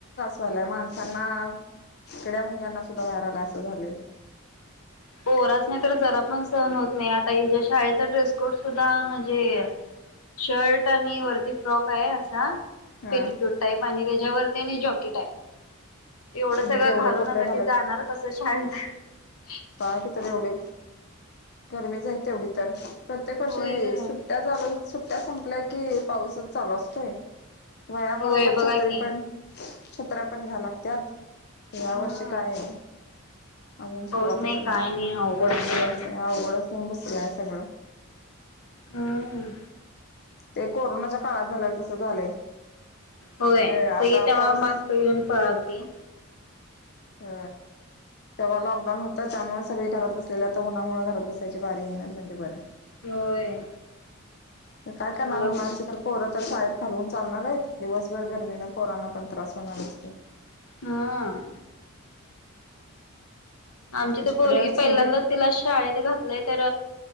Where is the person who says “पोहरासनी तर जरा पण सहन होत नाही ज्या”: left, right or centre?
Left